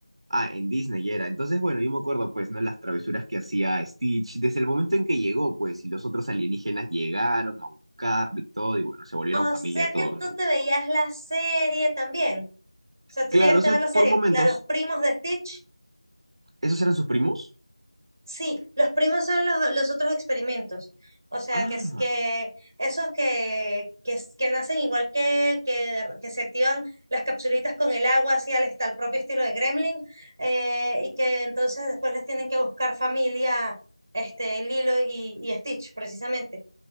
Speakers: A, on the right (about 60°); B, on the right (about 25°).
A: Ah, en Disney era. Entonces, bueno, yo me acuerdo, pues, ¿no? Las travesuras que hacía Stitch desde el momento en que llegó, pues, y los otros alienígenas llegaron a buscarlo y todo, y bueno, se volvieron
B: O
A: familia
B: sea
A: todos,
B: que tú
A: ¿no?
B: te veías la serie también. O sea,
A: Claro,
B: tú llegaste
A: o sea,
B: a ver la serie,
A: por momentos,
B: la de los primos de Stitch.
A: ¿esos eran sus primos?
B: Sí, los primos son los, los otros experimentos. O sea,
A: Ah,
B: que es que esos que, que, es- que nacen igual que él, que, de que se activan las capsulitas con el agua, así al, esta- al propio estilo de Gremlin, eh, y que entonces después les tienen que buscar familia, este, Lilo y, y Stitch, precisamente.